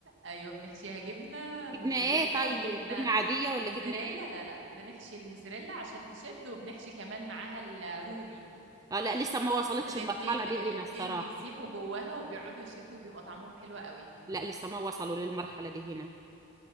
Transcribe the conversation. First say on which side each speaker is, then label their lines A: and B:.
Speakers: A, on the right (about 60°); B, on the right (about 15°).
A: ايوه بنحشيها جبنة موزاريلا
B: جبنه ايه طيب
A: وجبنة
B: جبنه عاديه ولا
A: موزاريلا
B: جبنه ايه
A: لا لا بنحشي الموزاريلا عشان تشد وبنحشي كمان معاها الرومي
B: اه لا لسه ما وصلتش
A: الاتنين
B: المرحله دي
A: الاتنين
B: هنا الصراحه
A: بيسيحوا جواها وبيقعدوا يشدوا وبيبقى طعمهم حلو قوي
B: لا لسه ما وصلوا للمرحله دي هنا